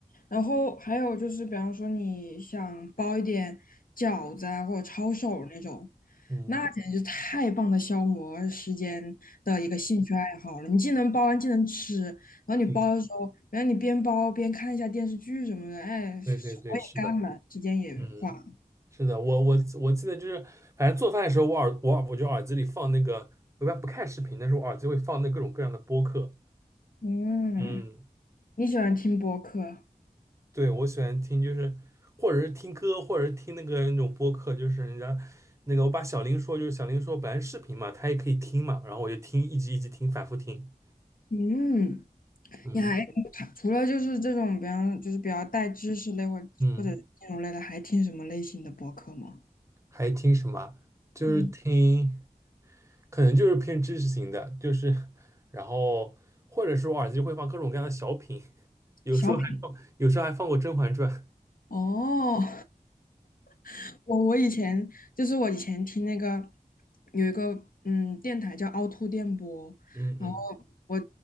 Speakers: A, on the left; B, on the right.
A: 然后还有就是，比方说你想包一点饺子啊，或者抄手那种，
B: 嗯，
A: 那简直就太棒的消磨时间的一个兴趣爱好了。你既能包完，既能吃，然后你包的时候，
B: 对
A: 然后你边包边看一下电视剧什么的，哎，活也干了，
B: 对对对，是的，
A: 时间也花了。
B: 嗯。是的，我我我记得就是，反正做饭的时候，我耳我耳我就耳机里放那个，我一般不看视频，但是我耳机会放那各种各样的播客。
A: 嗯，
B: 嗯，
A: 你喜欢听播客？
B: 对，我喜欢听就是，或者是听歌，或者是听那个那种播客，就是人家那个我把小林说，就是小林说本来是视频嘛，他也可以听嘛，然后我就听，一集一集听，反复听。
A: 嗯，
B: 嗯
A: 你还它除了就是这种，比方就是比较带知识类或或者金融类的，
B: 嗯。
A: 还听什么类型的播客吗？
B: 还听什么啊就是听，
A: 嗯，
B: 可能就是偏知识型的，就是，然后或者是我耳机会放各种各样的小品，<laughs> 有时候还放，
A: 小品。
B: 有时候还放过《甄嬛传》。
A: 哦，<laughs> 我我以前就是我以前听那个有一个嗯电台叫凹凸电波，
B: 嗯嗯
A: 然后我